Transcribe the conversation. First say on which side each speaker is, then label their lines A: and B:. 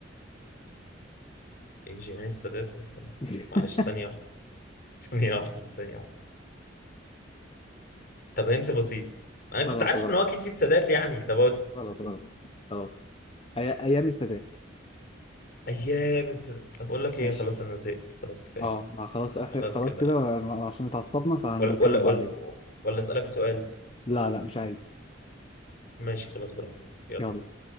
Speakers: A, on the left; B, on the left.
A: إيه جيهان السادات ولا إيه؟
B: <laughs>
A: معلش ثانية واحدة <laughs> ثانية واحدة ثانية واحدة طب هنت بسيط انا كنت
B: خلاص
A: عارف
B: غلط
A: ان هو اكيد في السادات يعني طب أقول-
B: غلط غلط خلاص أي- أيام السادات
A: ايام السادات طب اقول لك ايه
B: ماشي
A: خلاص انا زهقت خلاص كفايه
B: اه آه، خلاص اخر
A: خلاص
B: خلاص
A: كده
B: كده عشان اتعصبنا فهنبقى
A: ولا
B: نكمل
A: ولا
B: بعدين
A: ولا ولا اسالك سؤال
B: لا لا مش عايز
A: ماشي خلاص براحتك يلا
B: يلا